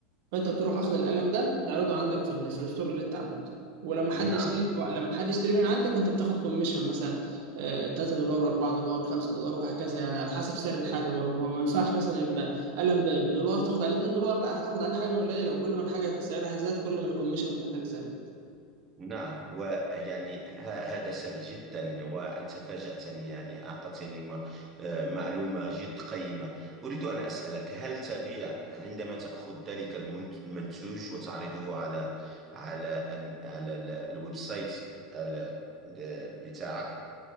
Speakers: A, on the right; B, on the right.
A: فانت بتروح اخد القلم ده تعرضه عندك في ال في الستور اللي انت عملته ولما
B: نعم
A: حد يشتري لما حد يشتري من عندك انت بتاخد كوميشن مثلا آه، 3 دولار 4 دولار 5 دولار وهكذا يعني على حسب سعر الحاجه برضه ما ما ينفعش مثلا يبقى قلم ب- بدولار تاخد عليه 2 دولار لا هتاخد عليه حاجه قليله وكل ما الحاجه سعرها زاد كل ما الكوميشن بتاعتك زاد
B: نعم ويعني ه- هذا سهل جدا وأنت فاجأتني يعني أعطتني م- آه، معلومة جد قيمة أريد أن أسألك هل تبيع عندما تأخذ ذلك المنت- المنتوج وتعرضه على على أن- على ال- الويب سايت ال- آه، بتاعك